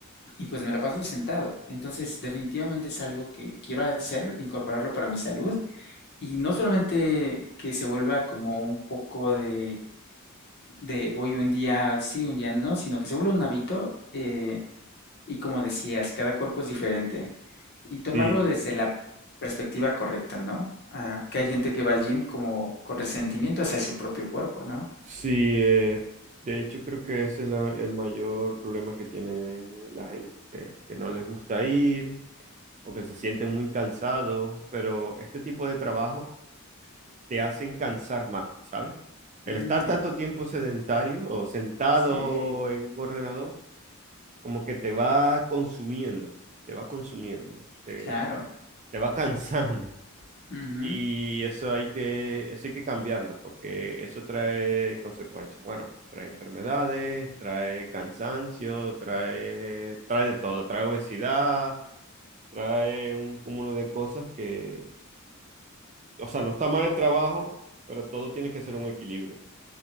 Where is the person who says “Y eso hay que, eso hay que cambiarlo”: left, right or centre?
Right